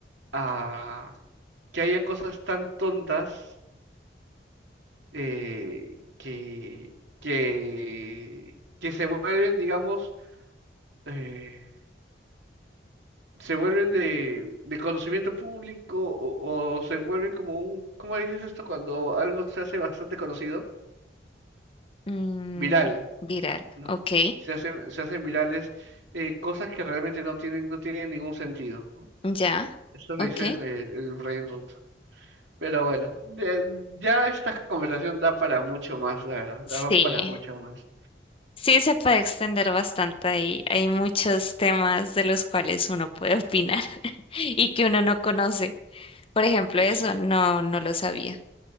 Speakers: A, on the right; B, on the left.
A: a que haya cosas tan tontas eh, que, que, que se vuelven, digamos, eh, se vuelven de, de conocimiento público o, o se vuelven como un, ¿cómo dices esto? Cuando algo se hace bastante conocido,
B: Mm,
A: viral,
B: viral.
A: ¿no?
B: Ok.
A: Se hacen, se hacen virales eh, cosas que realmente no tienen, no tienen ningún sentido. ¿no?
B: Ya.
A: Eso le
B: Ok.
A: dicen el, el brain rot. Pero bueno, de- ya esta conversación da para mucho más, la verdad, da
B: Sí.
A: para mucho más.
B: Sí, se puede extender bastante ahí, hay muchos temas de los cuales uno puede opinar <laughs> y que uno no conoce.
A: Y,
B: Por ejemplo,
A: y
B: eso
A: sí,
B: no, no lo sabía.